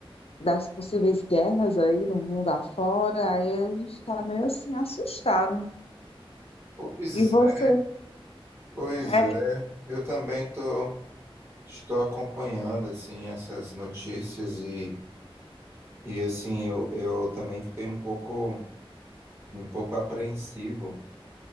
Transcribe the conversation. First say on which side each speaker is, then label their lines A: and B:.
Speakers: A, on the left; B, on the right.
A: das possíveis guerras aí no mundo afora. Aí a gente está meio assim assustado.
B: Pois
A: E você?
B: é, pois
A: É,
B: é. Eu também tô, estou acompanhando, assim, essas notícias e, e assim, eu, eu também fiquei um pouco, um pouco apreensivo,